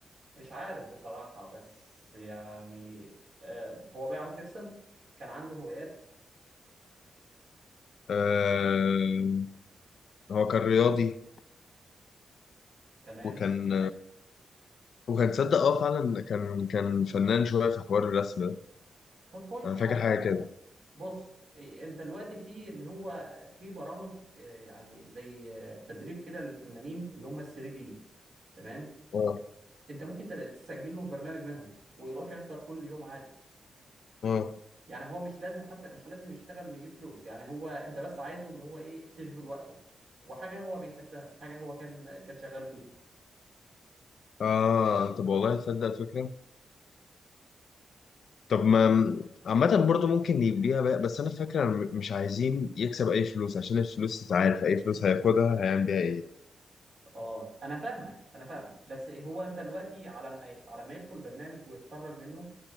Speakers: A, on the right; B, on the left.
A: مش عارف بصراحة بس يعني أه هو بيعرف يرسم كان عنده هوايات
B: آه... هو كان رياضي
A: تمام
B: وكان وكان تصدق اه فعلا كان كان فنان شوية في حوار الرسم ده
A: طب كويس
B: أنا فاكر
A: يا عم
B: حاجة كده
A: بص إيه، انت دلوقتي في اللي هو في برامج آه، يعني زي آه، تدريب كده للفنانين اللي هم ال 3 دي تمام
B: اه
A: انت ممكن تل- تسجل له برنامج منهم ويروح يحضر كل يوم عادي
B: اه
A: يعني هو مش لازم حتى مش لازم يشتغل ويجيب فلوس يعني هو انت بس عايزه اللي هو ايه تشغل وقته وحاجه هو بيحبها حاجه هو كان كان شغال بيها
B: اه طب والله تصدق فكرة طب ما عامة برضه ممكن يبيع بقى بس أنا فاكر أنا مش عايزين يكسب أي فلوس عشان الفلوس أنت عارف أي فلوس هياخدها هيعمل بيها إيه
A: اه انا فاهمك انا فاهمك بس هو انت دلوقتي على ما ي- على ما يدخل برنامج ويتخرج منه